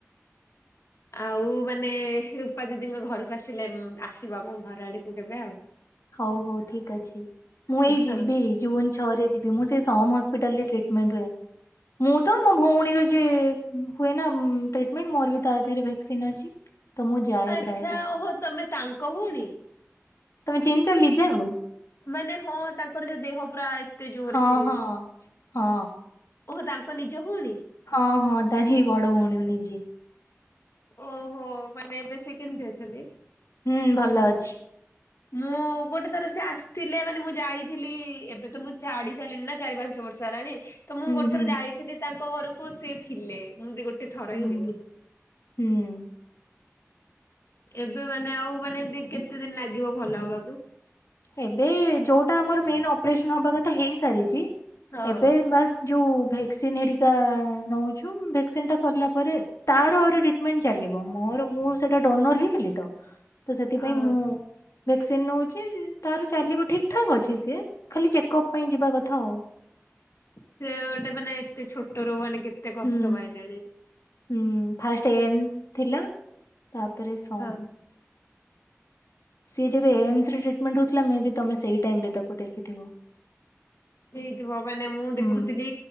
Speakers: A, on the left (about 65°); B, on the left (about 80°).
A: ଆଉ ମାନେ ରୂପା ଦିଦିଙ୍କ ଘରକୁ ଆସିଲେ ଉଁ ଆସିବ ଆମ ଘର ଆଡକୁ କେବେ ଆଉ।
B: ହୋଉ ହୋଉ ଠିକ ଅଛି ମୁଁ ଏଇ
A: ହଁ
B: ଯିବି ଜୁନ ଛ ଛଅରେ ଯିବି ମୁଁ ସେଇ ସମ ହସ୍ପିଟାଲରେ ଟ୍ରିଟମେଣ୍ଟ ହୁଏ। ମୁଁ ତ ମୋ ଭୋଉଣୀର ଯିଏ ଉଁ ହୁଏନା ଉଁ ଟ୍ରିଟମେଣ୍ଟ ମୋର ବି ତା ଦେହରେ ଭେକ୍ସିନ ଅଛି। ତ ମୁଁ ଯାଏ
A: ଆଚ୍ଛା
B: ପ୍ରାୟ ଟାଇମ୍
A: ଓହୋ ତମେ ତାଙ୍କ ଭୋଉଣୀ।
B: ତମେ ଚିନଚ ଲିଜାକୁ?
A: ମାନେ ହଁ ତାଙ୍କର ଯୋଉ ଦେହ ପୁରା ଏତେ ଜୋରେ
B: ହଁ
A: ସିରିଅସ୍।
B: ହଁ। ହଁ
A: ଓହୋ ତାଙ୍କ ନିଜ ଭୋଉଣୀ।
B: ହଁ ହଁ ତାରି ବଡ ଭୋଉଣୀ ମୁଁ ନିଜେ।
A: ଓହୋ ମାନେ ଏବେ ସେ କେମତି ଅଛନ୍ତି?
B: ହୁଁ ଭଲ ଅଛି।
A: ମୁଁ ଗୋଟେ ଥର ସେ ଆସିଥିଲେ ମାନେ ମୁଁ ଯାଇଥିଲି ଏବେ ତ ମୁଁ ଛାଡି ସାଇଲିିଣି ନା ଚାରି ପାଞ୍ଚ ବର୍ଷ୍ ଷ ହେଲାଣି ତ ମୁଁ
B: ହୁଁ
A: ଗୋଟେ
B: ହୁଁ
A: ଥର ଯାଇଥିଲି ତାଙ୍କ ଘରକୁ ସିଏ ଥିଲେ ମୁଁ ଏମତି ଗୋଟେ ଥର
B: ହୁଁ
A: ହିଁ ଦେଖିଚି।
B: ହୁଁ।
A: ଏବେ ମାନେ ଆଉ ମାନେ ଦି କେତେ ଦିନ ଲାଗିବ ଭଲ ହବାକୁ?
B: ଏବେ ଯୋଉଟା ଆମର ମେନ୍ ଅପରେସନ ହବା କଥା ହେଇ ସାରିଚି
A: ହଁ।
B: ଏବେ ବାସ୍ ଯୋଉ ଭେକ୍ସିନ ହେରିକା ନୋଉଛୁ ଭେକ୍ସିନଟା ସରଲା ପରେ ତାର ଆହୁରି ଟ୍ରିଟମେଣ୍ଟ ଚାଲିବ ମୋର ମୁଁ ସେଟା ଡୋନର ହେଇଥିଲି ତ ତ ସେଥିପାଇଁ
A: ଓହୋ
B: ମୁଁ ଭେକ୍ସିନ ନୋଉଚି ତାର ଚାଲିବ ଠିକ ଠାକ ଅଛି ସିଏ ଖାଲି ଚେକଅପ୍ ପାଇଁ ଯିବା କଥା ଆଉ।
A: ସେ ଗୋଟେ ମାନେ ଏତେ ଛୋଟରୁ ମାନେ କେତେ କଷ୍ଟ
B: ହୁଁ
A: ପାଇଲେଣି।
B: ହୁଁ ଫାଷ୍ଟ ଏମସ୍ ଥିଲା ତାପରେ ସମ୍।
A: ହଁ।
B: ସିଏ ଯେବେ ଏମସରେ ଟ୍ରିଟମେଣ୍ଟ ହୋଉଥୁଲା ମେ ବି ତମେ ସେଇା ଟାଇମରେ ତାକୁ ଦେଖିଥିବ।
A: ହେଇଥିବ ମାନେ ମୁଁ ଦେଖୁଥୁଲି
B: ହୁଁ